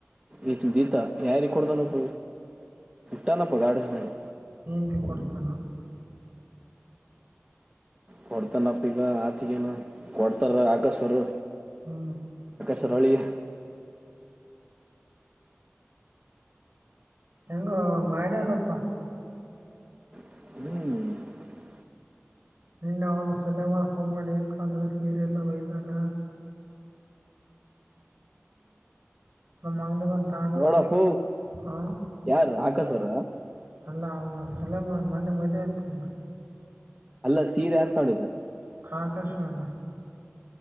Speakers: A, on the right; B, on the right.
A: ಈತು ದ ಯರಿ ಕೊಡ್ತಾನ ಪ ಟನಪ್ಪ ಗಾಡಿಸಸ್ನನೆ
B: ಏಂತ ಕೊಡ್ತಾನ
A: ಕೊಡ್ತಾನಪ್ಪ ಈಗ ಆತಿಗೇನು ಕೊಡ್ತಾರ ಆಗಸ್ವರು
B: ಹ್ಮ್
A: ತರಳಿಗೆ
B: ಹೆಂಗ ಮಾಡ್ಯಾರಪ್ಪಾ
A: ಹ್ಮ್
B: ನಿನ್ನೆ ಅವನು ಸಲೆಮಾನ್ ಫೋನ್ ಮಾಡಿ ನಾದ್ರೂ ಸೀರೆ ಎಲ್ಲ ಒಯ್ದಾರ ನಮ್ಮ ಅಂಗಡಿ ತಗೊಂಡು
A: ನೋಡಪ್ಪ
B: ಹೋದ್ರು ಹ
A: ಯಾರ ಆಕಾಶ ಅವರ
B: ಅಲ್ಲ ಅವನು ಸೂಲೆಮಾನ್ ಮೊನ್ನೆ ಮದ್ುವೆ ಆಯ್ತಲ್ಲ
A: ಅಲ್ಲ ಸೀರೆ ಯಾರ್ತಾಡ್ೆ
B: ಆಕಾಶ ಅವರ